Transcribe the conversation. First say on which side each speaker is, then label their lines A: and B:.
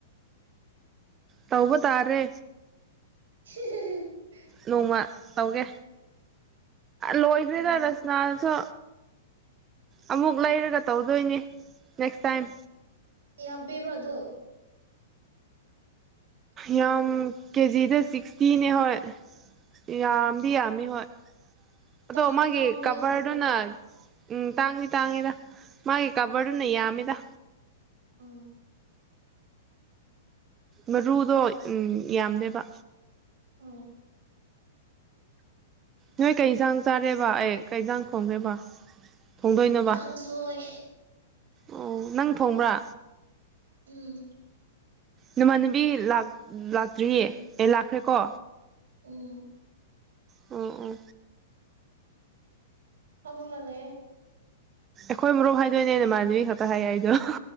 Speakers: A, on the right; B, on the right.
A: ꯇꯧꯕ ꯇꯥꯔꯦ
B: ꯍ <inaudible>
A: ꯅꯣꯡꯃ ꯇꯧꯒꯦ ꯂꯣꯏꯈꯔ꯭ꯦꯗ
B: ꯍꯥꯎꯕꯅꯦ
A: ꯔꯁꯅꯥꯁꯨ ꯑꯃꯨꯛ ꯂꯩꯔꯒ ꯇꯧꯗꯣꯏꯅꯦ ꯅꯦꯛꯁ ꯇꯥꯏꯝ
B: ꯌꯥꯝ ꯄꯤꯕ꯭ꯔꯥꯗꯣ ꯃꯣꯏꯗꯣ
A: ꯌꯥꯝ ꯀꯦꯖꯤ ꯁꯤꯛꯁꯇꯤ ꯅꯦ ꯍꯣꯏ
B: ꯎꯝ
A: ꯌꯥꯝꯗꯤ ꯌꯥꯝꯃꯤ ꯍꯣꯏ ꯑꯗꯣ
B: ꯇꯥꯡꯗꯤ
A: ꯃꯥꯒꯤ
B: ꯇꯥꯡꯕꯅꯦ
A: ꯀꯕꯥꯔꯗꯨꯅ
B: ꯑꯗꯨꯗꯣ
A: ꯎꯝ ꯇꯥꯡꯉꯤ ꯇꯥꯡꯉꯤꯗ ꯃꯥꯒꯤ ꯀꯕꯔꯗꯨꯅ ꯌꯥꯝꯃꯤꯗ
B: ꯑ
A: ꯃꯔꯨꯗꯣ ꯎꯝ ꯌꯥꯝꯗꯦꯕ
B: ꯑꯣ
A: ꯅꯣꯏ ꯀꯩ ꯏꯟꯁꯥꯡ ꯆꯥꯒꯦꯕ ꯑꯩ ꯀꯩ ꯏꯟꯖꯥꯡ ꯊꯣꯡꯒꯦꯕ ꯊꯣꯡꯗꯣꯏꯅꯣꯕ
B: ꯀꯥꯡꯁꯣꯏ
A: ꯑꯣ ꯅꯪ ꯊꫭꯡꯕ꯭ꯔꯥ
B: ꯎꯝ
A: ꯅꯃꯥꯟꯅꯕꯤ ꯂꯥꯛꯇ꯭ꯔꯤꯌꯦ ꯑꯦ ꯂꯥꯛꯈ꯭ꯔꯦꯀꯣ
B: ꯎꯝ
A: ꯑꯣ ꯑꯣ
B: <unintelligible> ꯍꯂꯦ
A: ꯑꯈꯣꯏ ꯃꯔꯨꯞ ꯍꯥꯏꯗꯣꯏꯅꯦ ꯅꯃꯥꯟꯅꯕꯤ ꯈꯛꯇ ꯍꯥꯏꯌꯦ ꯍꯥꯏꯗꯣ